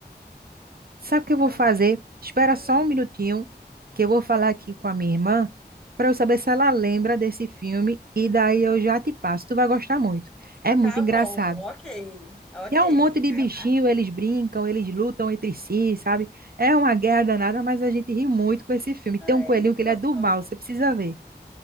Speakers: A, on the right; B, in the centre.
A: Sabe o que eu vou
B: Não
A: fazer?
B: vou
A: Espera
B: lembrar.
A: só um minutinho, que eu vou falar aqui com a minha irmã, para eu saber se ela lembra desse filme, e daí eu já te passo. Tu vai gostar muito. É muito
B: Tá
A: engraçado.
B: bom, ok. Ok.
A: E é um monte de
B: Vai
A: bichinho,
B: lá.
A: eles brincam, eles lutam entre si, sabe? É uma guerra danada, mas a gente ri muito com esse filme.
B: Ai,
A: Tem um coelhinho
B: muito
A: que
B: gostoso.
A: ele é do mal, você precisa ver.